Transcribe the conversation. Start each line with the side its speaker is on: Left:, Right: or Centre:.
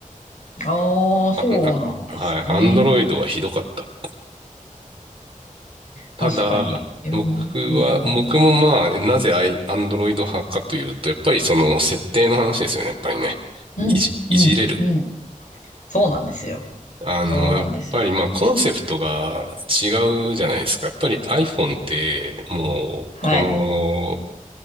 Left: ああ、そうなんですね。
Right: あ、あ、はい、Android はひどかった。ただ、
Left: 確かに。うん、
Right: 僕は、
Left: うん、
Right: 僕もまあ、
Left: うん、
Right: なぜアイ、アンドロイド派かというと、やっぱりその設定の話ですよね、やっぱりね。
Left: うん。
Right: いじ、いじれる。
Left: うん、うん、うん。そうなんですよ。
Right: あの、
Left: そうなんですよ。
Right: やっぱりまあ、コンセプトが違うじゃないですか。やっぱり iPhone って、もう、
Left: はい。
Right: この